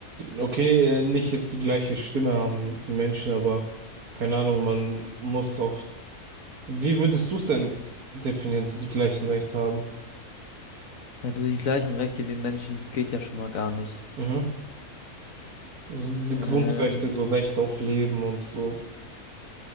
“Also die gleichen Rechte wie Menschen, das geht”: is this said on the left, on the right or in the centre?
Left